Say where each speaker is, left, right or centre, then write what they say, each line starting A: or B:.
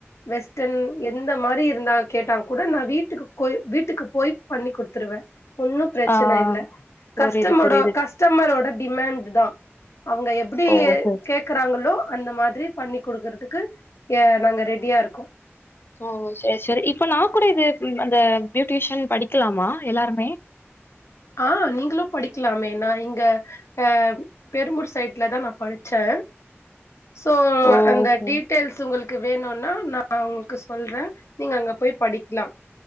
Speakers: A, on the left; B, on the left.
A: வெஸ்ட் டன் எந்த மாரி இருந்தா கேட்டா கூட நா வீட்டுக்கு போய் வீட்டுக்கு போய் பண்ணி குடுத்துருவே ஒன்னும் பிரச்சன
B: ஆ
A: இல்ல
B: புரியுது,
A: கஸ்டமடோ
B: புரியுது.
A: கஸ்டமரோட டிமேண்ட் தா அவுங்க எப்படி
B: ஓ சரி.
A: கேக்கறாங்களோ அந்த மாதிரி பண்ணி குடுக்குறதுக்கு எ நாங்க ரெடியா இருக்கோ
B: ஓ செரி செரி இப்ப நா கூட இது அந்த பியூட்டிஷியன் படிக்கலாமா எல்லாருமே
A: ஆ நீங்களு படிக்கலாமே நான இங்க அ பெருமூர் சைட்ல தா நா படிச்சே சோ
B: ஓ
A: அந்த
B: சேர்
A: டீடெயல்ஸ் உங்களுக் கு வேணுனா நா உங்களுக்கு சொல்றே நீங்க அங்க போய் படிக்கலா